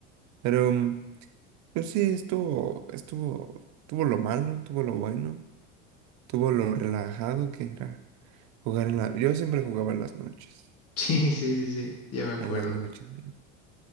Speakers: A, on the right; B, on the left.
A: Pero, mm, pues sí, estuvo, estuvo, tuvo lo malo, tuvo lo bueno, tuvo lo relajado que era jugar en la... Yo siempre jugaba en las noches,
B: Sí, sí, sí, sí, ya me acuerdo
A: en las noches. ¿no?